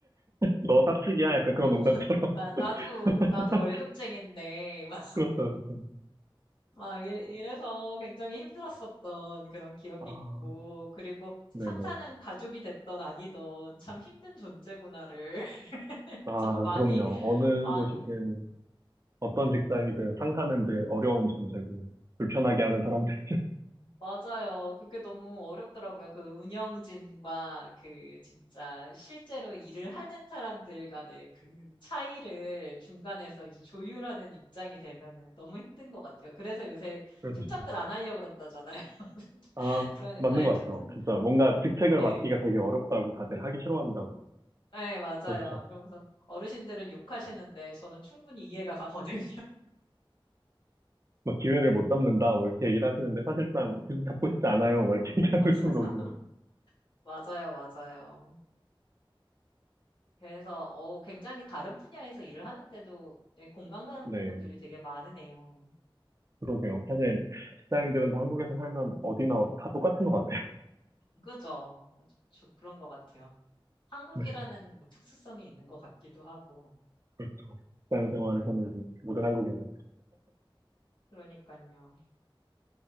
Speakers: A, on the right; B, on the left.
A: 너 사측이야? 약간 그런
B: <laughs>
A: 농담처럼.
B: 나, 나도,
A: <laughs>
B: 나도 월급쟁인데, 막,
A: 그렇죠, 그렇죠.
B: 막 이래- 이래서 굉장히 힘들었었던 그런 기억이
A: 아,
B: 있고, 그리고 상사는
A: 네네.
B: 가족이 됐던 아니던 참 힘든 존재구나를
A: 아,
B: 진짜 <laughs> 많이,
A: 그럼요. 어느
B: 많이.
A: 곳이든, 어떤 직장이든 상사는들 어려운 존재고, 불편하게 하는 사람들. <laughs>
B: 맞아요. 그게 너무 어렵더라고요. 그 운영진과 그 진짜 실제로 일을 하는 사람들 간의 그 차이를 중간에서 이제 조율하는 입장이 되면은 너무 힘든 것 같아요. 그래서 요새
A: 그렇죠.
B: 팀장들 안 하려고 그런다잖아요. <laughs>
A: 아,
B: 그런,
A: 맞는
B: 아니,
A: 것
B: 팀장,
A: 같아요. 진짜 뭔가 직책을
B: 예,
A: 맡기가 되게 어렵다고 다들 하기 싫어한다고.
B: 예, 맞아요.
A: 그렇죠.
B: 그러면서 어르신들은 욕하시는데 저는 충분히 이해가 가거든요.
A: 막 기회를 못 잡는다, 뭐 이렇게 얘기를 하시는데 사실상 그 잡고 싶지 않아요, 뭐 이렇게 <laughs> 얘기하고
B: <laughs>
A: 있는 거고.
B: 맞아요, 맞아요. 그래서 어, 굉장히 다른 분야에서 일을 하는데도 예, 공감 가는
A: 네,
B: 부분들이 되게 많으네요.
A: 그러게요. 사실 직장인들은 다 한국에서 살면 어디나 다 똑같은 것 같아요. <laughs>
B: 그죠? 저도 그런 것 같아요. 한국이라는
A: 네.
B: 뭐 특수성이 있는 것 같기도 하고.
A: 그렇죠. 직장 생활을
B: 네,
A: 하는 모든 한국인들.
B: 그러니까요.